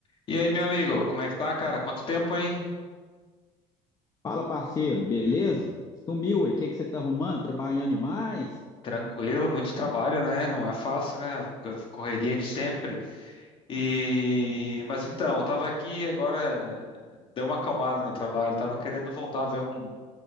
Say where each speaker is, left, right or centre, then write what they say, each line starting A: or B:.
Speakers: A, on the left; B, on the left.
A: E aí, meu amigo, como é que tá, cara? Quanto tempo, hein?
B: Fala, parceiro, beleza? Sumiu, ué. O que que você tá arrumando? Trabalhando demais?
A: Tranquilo, muito trabalho, né? Não é fácil, né? Correria de sempre. E mas então, eu tava aqui agora deu uma acalmada no trabalho, tava querendo voltar a ver um